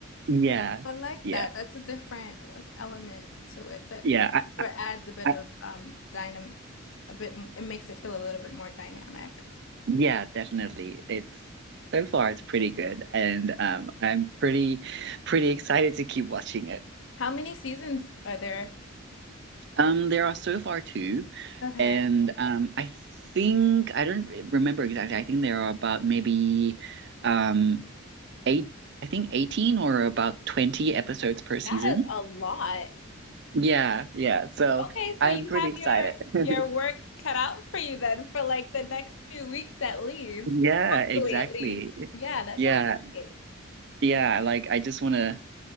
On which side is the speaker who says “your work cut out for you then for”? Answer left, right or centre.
Left